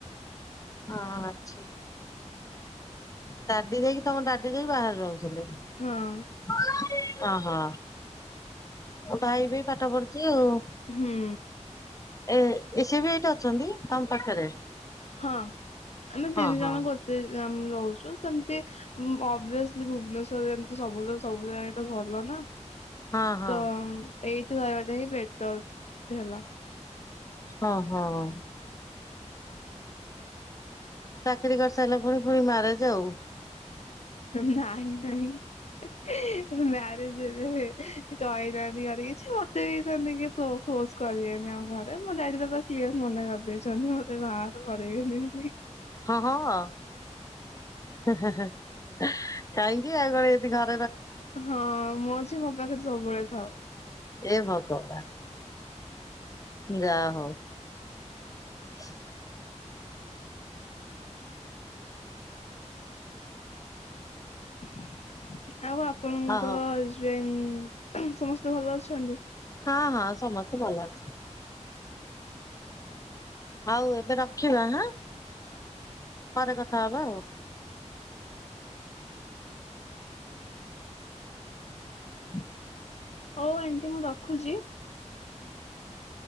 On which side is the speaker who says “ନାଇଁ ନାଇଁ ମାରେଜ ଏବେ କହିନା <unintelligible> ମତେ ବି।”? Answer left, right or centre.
Left